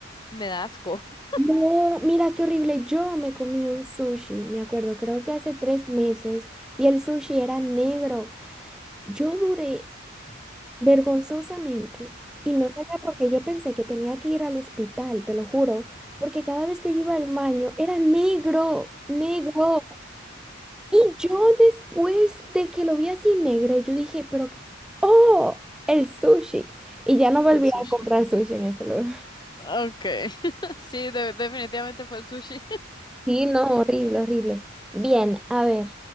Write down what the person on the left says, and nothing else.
me da asco. <laughs>
Fue el sushi.
Okay. <laughs> Sí, de- definitivamente fue el sushi.